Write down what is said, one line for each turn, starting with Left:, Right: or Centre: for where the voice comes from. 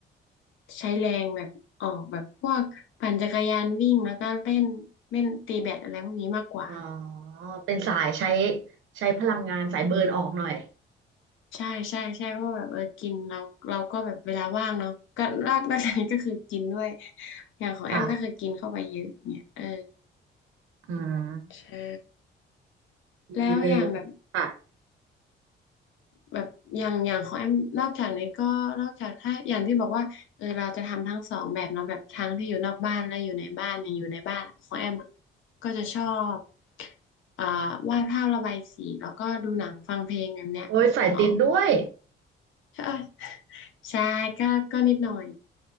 Left: ใช้แรงแบบออกแบบพวกปั่นจักรยานวิ่งแล้วก็เล่นเล่นตีแบดอะไรพวกนี้มากกว่า
Right: อ๋อเป็นสายใช้ใช้พลังงานสายเบิร์นออกหน่อย
Left: ใช่ใช่ใช่เพราะว่าแบบเออกินเราเราก็แบบเวลาว่างเนาะก็นอกนอกจากนี้ก็คือกินด้วยอย่างของแอมก็คือกินเข้าไปเยอะเนี่ยเออ
Right: ค่ะอืม
Left: ใช่แล้วอย่างแบบ
Right: ดีเลยค่ะ
Left: แบบอย่างอย่างของแอมนอกจากนี้ก็นอกจากถ้าอย่างที่บอกว่าเออเราจะทำทั้งสองแบบเนาะแบบทั้งที่อยู่นอกบ้านและอยู่ในบ้านอย่างอยู่ในบ้านของแอมอะก็จะชอบอ่าวาดภาพระบายสีแล้วก็ดูหนังฟังเพลงแบบเนี้ยอ๋อ
Right: โอ้ยสายติดด้วย
Left: <laughs> ใช่ใช่ก็ก็นิดหน่อย